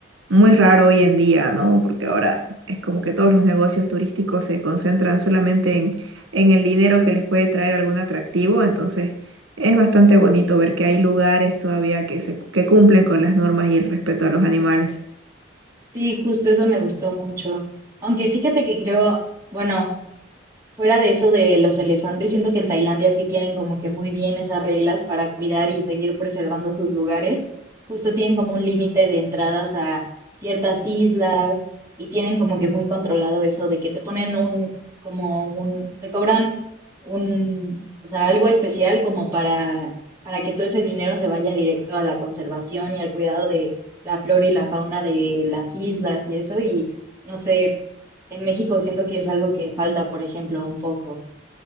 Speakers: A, on the right; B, on the right.
A: muy raro hoy en día, ¿no? Porque ahora es como que todos los negocios turísticos se concentran solamente en, en el dinero que les puede traer algún atractivo, entonces es bastante bonito ver que hay lugares todavía que se, que cumplen con las normas y el respeto a los animales.
B: Sí, justo eso me gustó mucho. Aunque fíjate que creo, bueno, Fuera de eso de los elefantes, siento que en Tailandia sí tienen como que muy bien esas reglas para cuidar y seguir preservando sus lugares. Justo tienen como un límite de entradas a ciertas islas y tienen como que muy controlado eso de que te ponen un, como un, te cobran un, o sea, algo especial como para, para que todo ese dinero se vaya directo a la conservación y al cuidado de la flora y la fauna de las islas y eso. Y no sé, en México siento que es algo que falta, por ejemplo, un poco.